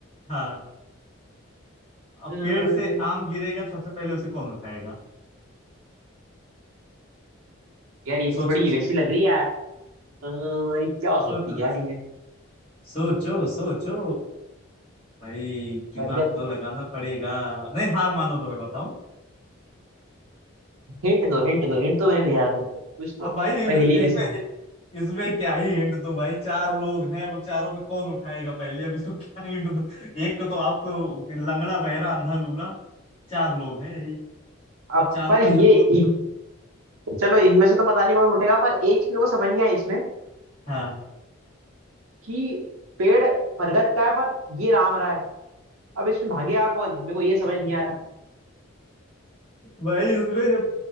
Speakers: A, on the left (about 25°); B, on the right (about 85°).
A: हाँ अब
B: अ,
A: पेड़ से आम गिरेगा तो सबसे पहले उसे कौन उठाएगा
B: यार ये तो
A: सोचो
B: थोड़ी
A: सोचो
B: वैसी लग रही है यार अ, ये
A: सोचो
B: क्या हो
A: सोचो
B: सकती है यार ये
A: सोचो सोचो भाई दिमाग
B: बरगद
A: तो लगाना पड़ेगा नहीं हार मानो तो मैं बताऊं
B: हिंट दो हिंट दो हिंट तो मैंने दिया था तुमको कुछ तो
A: अब भाई
B: पहेली
A: इसमें
B: ऐसी थी।
A: इसमें क्या ही हिंट दूं भाई चार लोग हैं वो चारों में कौन उठाएगा पहले अब इसको क्या हिंट दूं एक को तो आपको लंगड़ा बहरा अंधा लूला चार लोग हैं यही
B: अब
A: अब चारों
B: पर
A: में से
B: ये
A: कौन
B: इन, चलो इनमें से तो पता नहीं कौन उठेगा पर एक चीज को समझ नहीं आई इसमें
A: हाँ
B: कि पेड़ बरगद का है पर ये राम रहा है अब इसमें भागेगा कौन मेरे को ये समझ नहीं आ रहा
A: भाई इसमें जब